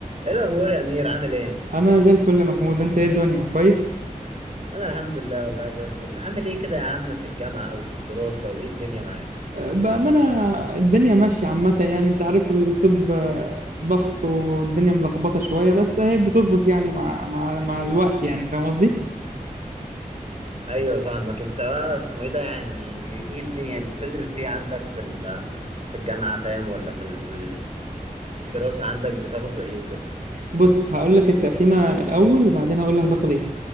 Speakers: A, on the right; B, on the right.
A: ايه الاخبار يا امير عامل ايه
B: انا زي الفل يا محمود انت ايه الدنيا كويس
A: انا الحمد لله والله زي الفل عامل ايه كده يا عم في الجامعه وفي الدراسه وايه الدنيا معاك
B: أه، بامانه الدنيا ماشيه عامه يعني انت عارف الطب أه، ضغط والدنيا ملخبطه شويه بس هي بتظبط يعني مع مع مع الوقت يعني فاهم قصدي
A: ايوه فاهمك انت بقى اسمه ايه ده يعني ايه الدنيا بتدرس ايه عندك في ال- في الجامعه فاهم ولا في ال- في الدراسه عندك بتاخده ايه وكده
B: بص هقول لك التقسيمه الاول وبعدين هقول لك باخد ايه